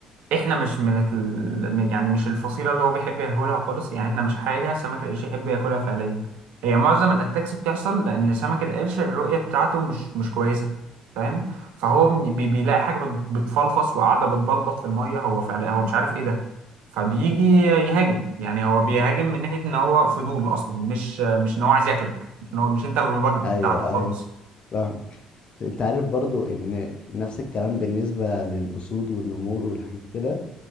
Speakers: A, on the right; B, on the left.
A: احنا مش من ال... يعني مش الفصيله اللي هو بيحب ياكلها خالص يعني احنا مش حاجه سمك القرش يحب ياكلها فعليا هي معظم الاتاكس بتحصل لان سمك القرش الرؤيه بتاعته مش مش كويسه فاهم فهو بي... بيلاقي حاجه بت... بتفلفص وقاعده بتبلبط في الميه هو فعلا هو مش عارف ايه ده فبيجي يهاجم يعني هو بيهاجم من ناحيه ان هو فضول اصلا مش مش ان هو عايز ياكلك مش ان هو مش انت الوجبه
B: ايوه
A: بتاعته خالص
B: ايوه فاهم انت عارف برضو ان نفس الكلام بالنسبة للأسود والنمور والحاجات كده